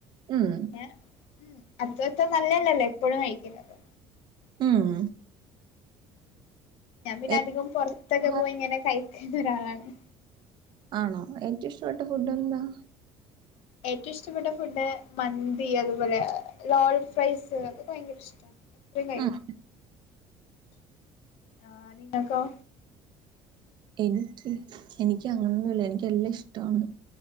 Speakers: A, on the right (about 45°); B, on the left (about 65°).
A: ഉം
B: പിന്നെ ഉം അതത്ര നല്ലല്ലല്ലോ എപ്പോഴും കഴിക്കുന്നത്
A: ഉം
B: ഞാൻ പിന്നെ
A: ഏ-
B: അധികം പൊറത്തൊക്കെ
A: ആ-
B: പോയി ഇങ്ങനെ കഴി എന്തോരാളാണ്
A: ആണോ ഏറ്റവും ഇഷ്ടപ്പെട്ട ഫുഡ് എന്താ
B: ഏറ്റവും ഇഷ്ടപ്പെട്ട ഫുഡ് മന്തി അതുപോലെ ലോൾ ഫ്രൈസ് അതക്കെ ഭയങ്കര ഇഷ്ട എത്ര കയി
A: ഉം
B: ആഹ് നിങ്ങക്കോ
A: എനിക്ക് എനിക്ക് അങ്ങനൊന്നുംല്ല എനിക്ക് എല്ലാം ഇഷ്ടാണ്